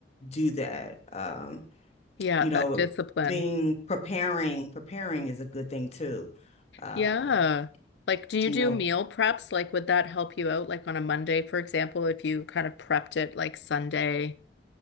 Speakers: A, on the left; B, on the left.
A: do that. Um
B: Yeah,
A: you know,
B: that discipline.
A: being preparing, preparing is a good thing too. Um,
B: Yeah. Like, do you
A: you
B: do
A: know,
B: meal preps? Like, would that help you out? Like on a Monday, for example, if you kind of prepped it like Sunday,